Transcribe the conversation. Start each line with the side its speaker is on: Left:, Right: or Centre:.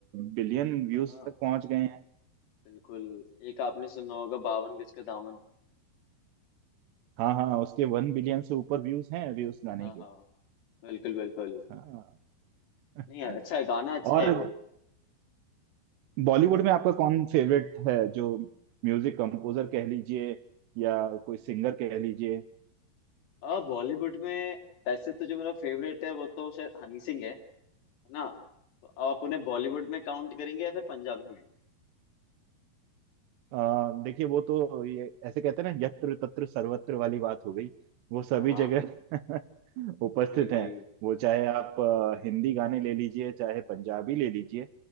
Right: बिलियन व्यूज
Left: हाँ हाँ
Right: तक पहुंच गए हैं
Left: बिल्कुल एक आपने सुना होगा बावन गज का दामन
Right: हाँ हाँ उसके वन बिलियन से ऊपर व्यूज हैं अभी उस गाने
Left: हाँ
Right: के
Left: हाँ बिल्कुल बिल्कुल
Right: हाँ <laughs>
Left: नहीं यार अच्छा है गाना अच्छा
Right: और
Left: है वो
Right: बॉलीवुड में आपका कौन फेवरेट है जो म्यूजिक कंपोजर कह लीजिए या कोई सिंगर कह लीजिए
Left: अब बॉलीवुड में वैसे तो जो मेरा फेवरेट है वो तो शायद हनी सिंह है है ना तो अब आप उन्हें बॉलीवुड में काउंट करेंगे या फिर पंजाबी में
Right: अ, देखिए वो तो ये ऐसे कहते हैं ना यत्र तत्र सर्वत्र वाली बात हो गई वो सभी
Left: हाँ हाँ
Right: जगह <laughs> उपस्थित
Left: वही वही
Right: हैं वो चाहे आप
Left: हाँ हाँ
Right: अ, हिंदी गाने ले लीजिए चाहे पंजाबी ले लीजिए